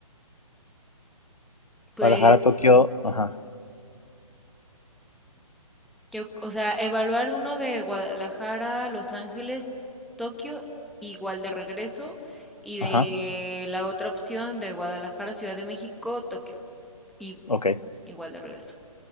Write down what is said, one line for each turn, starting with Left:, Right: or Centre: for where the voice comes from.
Centre: Pues
Left: Guadalajara, Tokio, ajá,
Centre: Yo, o sea, evaluar uno de Guadalajara, Los Ángeles, Tokio, igual de regreso, y de
Left: ajá,
Centre: la otra opción de Guadalajara, Ciudad de México, Tokio, y
Left: ok.
Centre: igual de regreso.